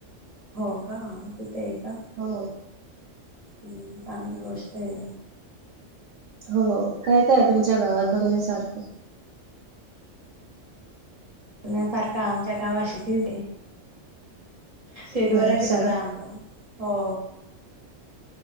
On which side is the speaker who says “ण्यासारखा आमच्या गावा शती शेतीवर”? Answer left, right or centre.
Right